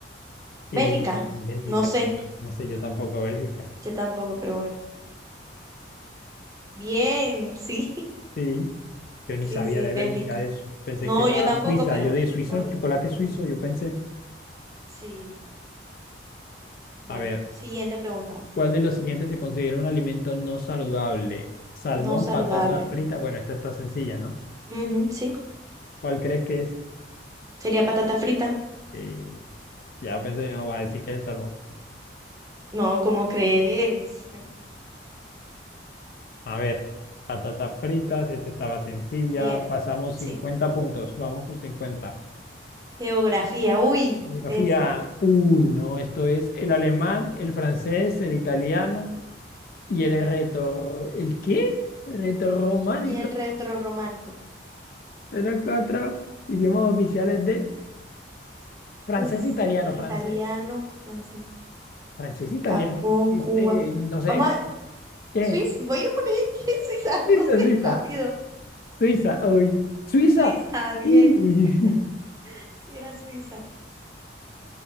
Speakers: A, on the left; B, on the right.
A: Eh,
B: Bélgica,
A: Bélgica,
B: no sé,
A: eh, no sé, yo tampoco Bélgica.
B: yo tampoco, pero bueno. Bien, <laughs> sí.
A: Sí, yo
B: Sí,
A: ni sabía
B: sí,
A: de
B: es Bélgica.
A: Bélgica eso. Pensé
B: No,
A: que era
B: yo tampoco,
A: Suiza.
B: pero
A: Yo de Suiza,
B: por
A: chocolate suizo, yo pensé,
B: sí. Bueno,
A: a ver,
B: siguiente pregunta.
A: ¿cuál de los siguientes se considera un alimento no saludable? Salmón,
B: No saludable.
A: patata frita. Bueno, esta está sencilla, ¿no?
B: Ujú, sí.
A: ¿Cuál crees que es?
B: ¿Sería patata frita?
A: Eh, ya pensé, no, va a decir que es el salmón.
B: No, ¿cómo crees? <laughs>
A: A ver, patatas fritas, esta estaba sencilla.
B: Bien,
A: Pasamos
B: sí.
A: 50 puntos, vamos con 50.
B: Geografía, uy,
A: Geografía,
B: eso.
A: uy, no, esto es el alemán, el francés, el italiano y el reto. ¿El qué? Retorrománico.
B: Y el retrorrománico.
A: Son los cuatro idiomas oficiales de francés,
B: Uf,
A: e italiano,
B: el italiano,
A: francés,
B: francés,
A: francés, e italiano.
B: Japón,
A: Este,
B: Cuba.
A: no sé,
B: Vamos a
A: ¿qué?
B: Suiza, voy a poner <laughs> que es Suiza,
A: Suiza,
B: <laughs> no sé,
A: Suiza,
B: rápido.
A: Suiza, uy, Suiza.
B: Suiza, bien.
A: Y... <laughs>
B: <laughs> Si era Suiza.